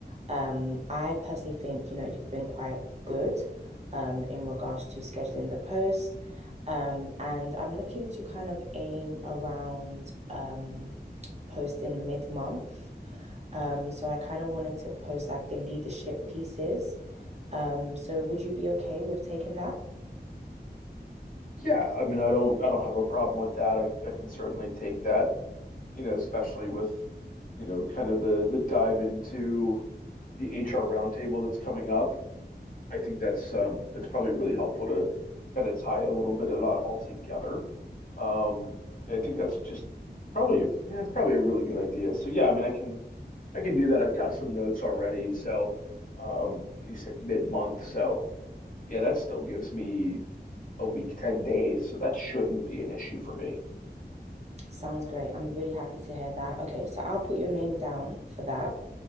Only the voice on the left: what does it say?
Yeah, I mean, I don't, I don't have a problem with that. I, I can certainly take that, you know, especially with, you know, kind of the the dive into the HR roundtable that's coming up I think that's um it's probably really helpful to kind of tie a little bit of that all together. Um, I think that's just probably yeah, it's probably a really good idea. So yeah, I mean, I can I can do that. I've got some notes already. So um, you said mid-month, so yeah, that still gives me a week, 10 days. So that shouldn't be an issue for me.